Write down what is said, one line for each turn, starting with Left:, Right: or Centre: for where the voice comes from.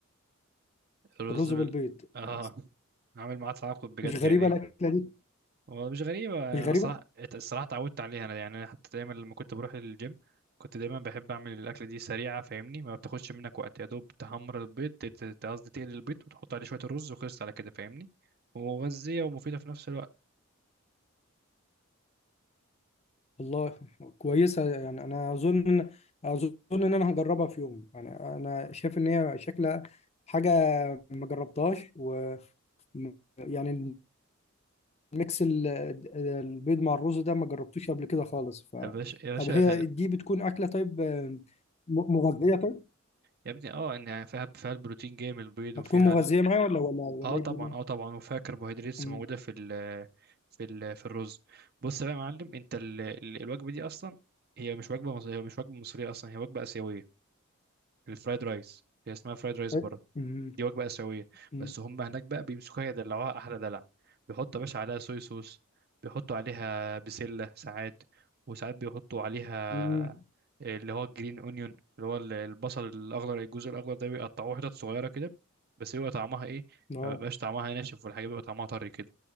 Right: الرز
Left: الرز
Right: بال
Left: بالبيض
Right: آه
Left: بس
Right: عامل معاه تعاقد بجد
Left: مش غريبه
Right: يعني
Left: الاكله دي
Right: هو مش غريبة أنا
Left: مش غريبه
Right: الصراحة الصراحة اتعودت عليها أنا يعني أنا حتى دايما لما كنت بروح الجيم كنت دايما بحب أعمل الأكلة دي سريعة فاهمني ما بتاخدش منك وقت يا دوب تحمر البيض ت- ت- قصدي تقلي البيض وتحط عليه شوية الرز وخلصت على كده فاهمني ومغذية ومفيدة في نفس الوقت
Left: والله كويسة يعني أنا أظن أظن إن أنا هجربها في يوم يعني أنا شايف إن هي شكلها حاجة ما جربتهاش و م- يعني الميكس ال- البيض مع الرز ده ما جربتوش قبل كده خالص ف
Right: يا باشا يا باشا
Left: طب هي
Right: يا خل-
Left: دي بتكون أكلة طيب م- مغذية طيب
Right: يا ابني اه ان فيها فيها البروتين جاي من البيض وفيها
Left: هتكون مغذية معايا ولا ولا ولا
Right: اه
Left: إيه
Right: طبعا
Left: الدنيا؟
Right: اه طبعا وفيها كربوهيدرات
Left: أمم.
Right: موجوده في ال في ال في الرز بص بقى يا معلم انت ال ال الوجبه دي اصلا هي مش وجبه مصريه هي مش وجبه مصريه اصلا هي وجبه اسيويه الفرايد رايس هي اسمها فرايد رايس
Left: طيب.
Right: بره
Left: أمم.
Right: دي وجبه اسيويه
Left: أمم.
Right: بس هم هناك بقى بيمسكوها يدلعوها احلى دلع بيحطوا يا باشا عليها صويا صوص بيحطوا عليها بسله ساعات وساعات بيحطوا عليها
Left: أمم.
Right: آه، اللي هو الجرين اونيون اللي هو ال- البصل الاخضر الجزء الاخضر ده بيقطعوه حتت صغيره كده بس بيبقى طعمها ايه
Left: آه
Right: ما بيبقاش طعمها ناشف والحاجه بيبقى طعمها طري كده